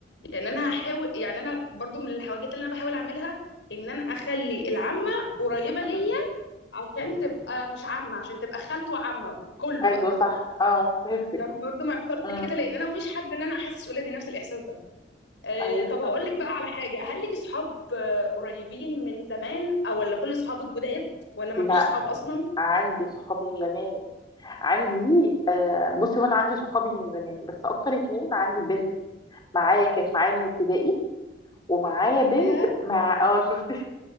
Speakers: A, on the left; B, on the left.
A: يعني
B: مم.
A: انا هحاول يعني انا برضو من الحاجات اللي انا بحاول اعملها ان انا اخلي العمه قريبه
B: مم.
A: ليا عشان تبقى مش عمه عشان تبقى خالته وعمه كله
B: أيوه
A: بقى
B: صح اه فهمتك
A: عشان برضو ما يحصلش
B: مم.
A: كده لان انا مش حابه ان انا احسس ولادي نفس الاحساس ده أه
B: أيوه
A: طب هقول
B: فهمتك
A: لك بقى على حاجه هل لك اصحاب آه، قريبين من زمان او ولا كل اصحابك جداد ولا ما
B: لا
A: فيش اصحاب اصلا
B: عندي صحاب من زمان عندي آه، بصي هو انا عندي صحابي من زمان بس اكتر اتنين عندي بنت معايا كانت معايا من ابتدائي ومعايا
A: ياه
B: بنت مع اه شفتي